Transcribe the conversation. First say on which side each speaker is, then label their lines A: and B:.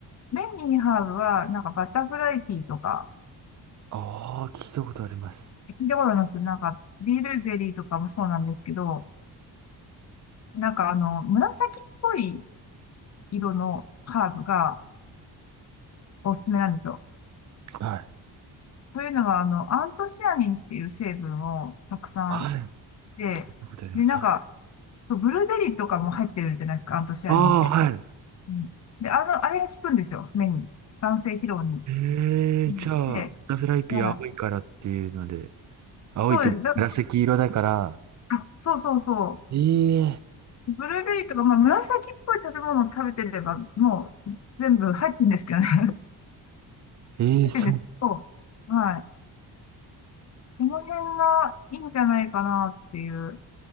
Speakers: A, on the left; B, on the right.
A: メンニーハーブは、なんかバタフライピーとか、
B: ああ、聞いたことあります。
A: 聞いたことありますなんか、ビールベリーとかもそうなんですけど、なんかあの、紫っぽい色のハーブがおすすめなんですよ。
B: はい。
A: というのは、あの、アントシアニンっていう成分をたくさん
B: はい。聞
A: で、
B: いたことあります。
A: で、なんか、
B: あ
A: そう、ブルーベリーとかも入ってるじゃないですか、アントシアニンって。
B: あ、はい。
A: うん、で、あの、あれが効くんですよ、目に。眼性疲労に。
B: ええじゃあ、
A: うんで、
B: バタフライピー青いからっていうので、
A: だから
B: 青いというか紫色だから、
A: そうです。だあ、そうそうそ
B: ええ
A: う。ブルーベリーとか、まあ、紫っぽい食べ物を食べてれば、もう全部入ってるんですけどね。<laughs> 入
B: ええそう。
A: ってるんですけど、はい。その辺がいいんじゃないかなっていう、